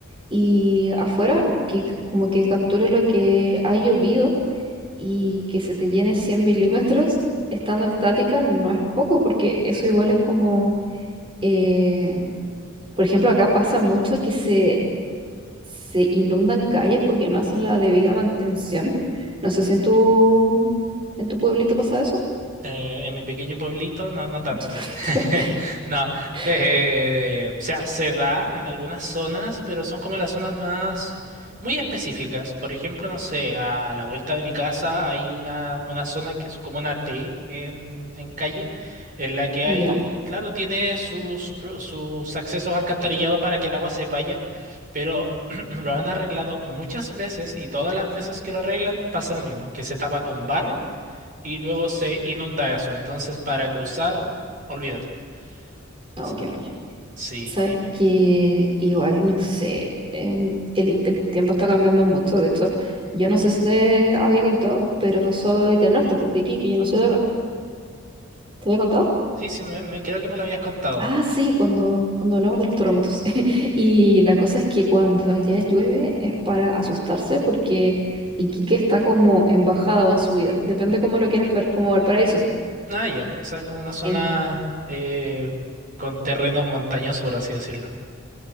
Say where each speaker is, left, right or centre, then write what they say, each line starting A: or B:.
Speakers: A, on the right; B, on the right.
A: y afuera, que, c- como que captura lo que ha llovido y que se te llene 100 milímetros estando estática no es poco, porque eso igual es como, eh, por ejemplo, acá pasa mucho que se, se inundan calles porque no hacen la debida mantención. No sé si en tu, en tu pueblito pasa eso.
B: Eh, en mi pequeño pueblito, no, no tanto.
A: <laughs> En tu pueblito.
B: <laughs> No, eh,
A: <laughs>
B: o sea, se da en algunas zonas, pero son como las zonas más muy específicas. Por ejemplo, no sé, a la vuelta de mi casa hay una, una zona que es como una T en, en calle, en la que
A: ¿Ya?
B: hay, claro, tiene sus, pro- sus accesos alcantarillados para que el agua se vaya, pero <clears throat> lo han arreglado muchas veces y todas las veces que lo arreglan pasa lo mismo, que se tapa con barro y luego se inunda eso. Entonces, para cruzar, olvídate.
A: No,
B: O sea,
A: qué mal.
B: sí,
A: Sabes
B: y
A: que igual, no sé, em, el, el tiempo está cambiando mucho. De hecho, yo no sé si te había contado, pero soy del norte, pues de Iquique, yo no soy de acá. ¿Te había contado?
B: sí, sí, me, me- creo que me lo habías contado.
A: Ah, sí, cuando, cuando hablamos de los terremotos. <laughs> Y la cosa es que cuando allá llueve es para asustarse porque Iquique está como en bajada o en subida. Depende cómo lo quieras ver, como Valparaíso.
B: Ah, ya, o sea, es como una zona
A: En,
B: eh, con terreno montañoso, por así decirlo.